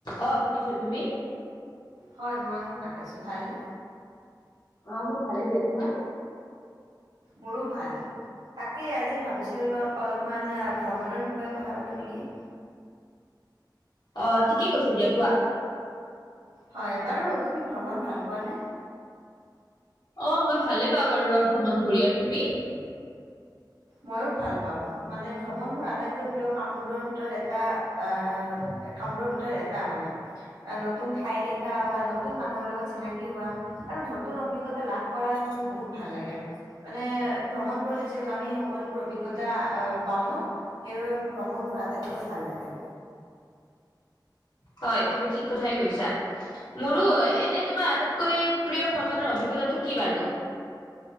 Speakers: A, on the left (about 70°); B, on the right (about 75°).
A: অ শুনিছো তুমি?
B: হয় মই শুনা পাইছো ভালনে
A: অ মোৰ ভালে দিয়া তোমাৰ
B: মোৰো ভাল তাকে আজি ভাবিছিলো অলপমান ভ্ৰমণৰ বিষয়ে কথা পাতো নেকি
A: অ ঠিকেই কৈছা দিয়া কোৱা
B: হয় বাৰু তুমি ভ্ৰমণ ভাল পোৱানে
A: অ মই ভালে পাওঁ বাৰু ভ্ৰমণ কৰি আৰু তুমি
B: মইয়ো পাওঁ মানে ভ্ৰমণ মোৰ আটাইতকৈ প্ৰিয় কামবোৰৰ এটা আ কামৰৰ ভিতৰত এটা মানে নতুন ঠাই দেখা বা নতুন মানুহৰ লগত চিনাকি হোৱা আৰু নতুন অভিজ্ঞতা লাভ কৰাতো মোৰ বহুত ভাল লাগে মানে ভ্ৰমণ কৰিলে যিহেতু আমি সক সকলোবোৰ অভিজ্ঞতা আ পাওঁ ন সেইবাবে ভ্ৰমণ মোৰ আটাইতকৈ ভাল লাগে।
A: হয় তুমি ঠিক কথাই কৈছা মোৰো এনে তোমাৰ আটাইত কৈ প্ৰিয় ভ্ৰমনৰ অভিজ্ঞতাটো কি বাৰু?